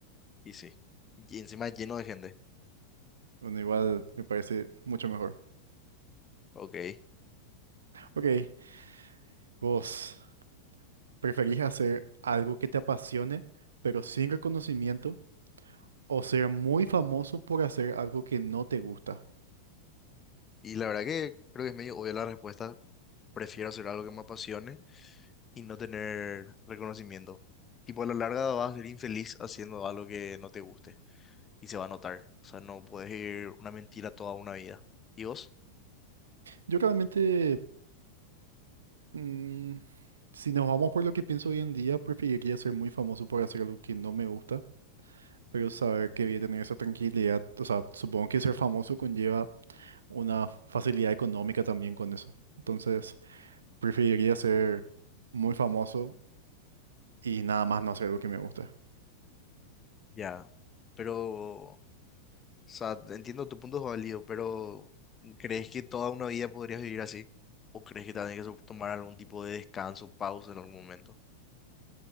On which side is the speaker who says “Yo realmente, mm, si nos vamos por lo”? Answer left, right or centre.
Right